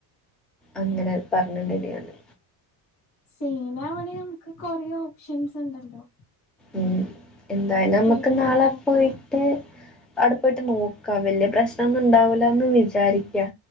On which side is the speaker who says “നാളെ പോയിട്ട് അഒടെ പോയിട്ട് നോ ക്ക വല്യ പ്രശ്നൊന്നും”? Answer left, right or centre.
Centre